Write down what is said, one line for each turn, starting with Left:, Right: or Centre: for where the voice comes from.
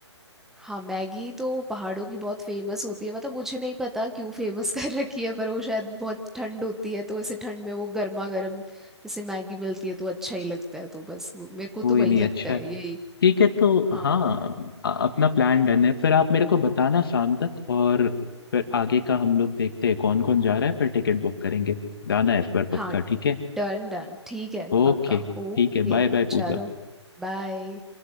Centre: हाँ मैगी तो पहाड़ों की बहुत फेमस होती है मतलब मुझे नहीं पता क्यों फेमस <laughs> कर रखी है पर वो शायद बहुत ठंड होती है तो ऐसे ठंड में वो गर्मा गर्म जैसे मैगी मिलती है तो अच्छा ही लगता है तो बस वो- मेरे को
Left: कोई
Centre: तो वही
Left: नहीं
Centre: लगता
Left: अच्छा
Centre: है
Left: है
Centre: यही
Left: ठीक है तो
Centre: हाँ
Left: हाँ अ- अपना प्लान डन है फिर आप मेरे को बताना शाम तक और फिर आगे का हम लोग देखते हैं कौन कौन जा रहा है फिर टिकट बुक करेंगे जाना है इस बार
Centre: हाँ
Left: पक्का ठीक है
Centre: डन डन ठीक है
Left: ओके
Centre: पक्का
Left: ठीक
Centre: ओके
Left: है बाय बाय पूजा
Centre: चलो बाय